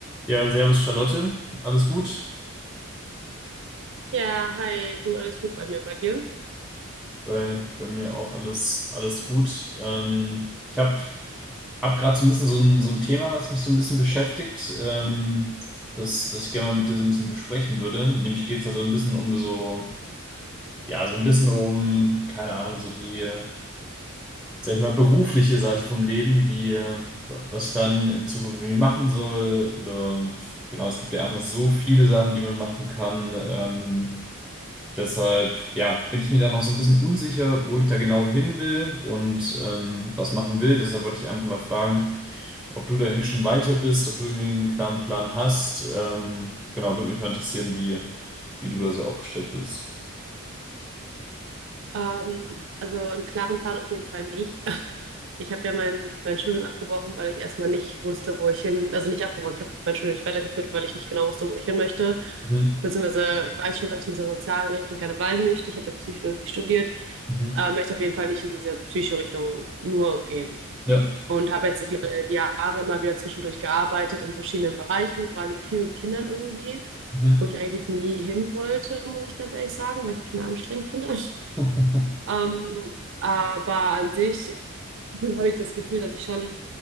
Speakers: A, in the centre; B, on the right.
A: Ja, servus Charlotte, alles gut?
B: Ja, hi, du, alles gut bei mir und bei dir?
A: Bei, bei mir auch alles, alles gut. Ähm, ich habe hab hab gerade so ein bisschen so ein, so ein Thema, was mich so ein bisschen beschäftigt, ähm, das, das ich gerne mal mit dir so ein bisschen besprechen würde. Nämlich geht es da so ein bisschen um so, ja, so ein bisschen um, keine Ahnung, so die, äh, sag ich mal, berufliche Seite vom Leben, wie, äh, was ich dann in Zukunft irgendwie machen soll. Oder genau, es gibt ja einfach so viele Sachen, die man machen kann. Ähm, Deshalb, ja, bin ich mir da noch so ein bisschen unsicher, wo ich da genau hin will und ähm, was machen will. Deshalb wollte ich einfach mal fragen, ob du da irgendwie schon weiter bist, ob du irgendwie einen klaren Plan hast. Ähm, genau, würde mich mal interessieren, wie, wie du da so aufgestellt bist.
B: Ähm, also einen klaren Plan auf jeden Fall nicht. <laughs> Ich habe ja mein, mein Studium abgebrochen, weil ich erstmal nicht wusste, wo ich hin, also nicht abgebrochen, ich habe mein Studium nicht weitergeführt, weil ich nicht genau wusste, wo ich hin möchte.
A: Mhm.
B: Beziehungsweise weiß schon, dass ich in dieser sozialen Richtung gerne bleiben möchte. Ich habe ja Psychologie studiert,
A: Mhm.
B: aber möchte auf jeden Fall nicht in diese Psycho-Richtung nur gehen.
A: Ja.
B: Und habe jetzt die, äh, die Jahre immer wieder zwischendurch gearbeitet in verschiedenen Bereichen, vor allem viel mit Kindern irgendwie,
A: Mhm.
B: wo ich eigentlich nie hin wollte, muss ich ganz ehrlich sagen, weil ich Kinder anstrengend finde. <laughs>
A: <laughs>
B: Ähm, aber an sich habe ich das Gefühl, dass ich schon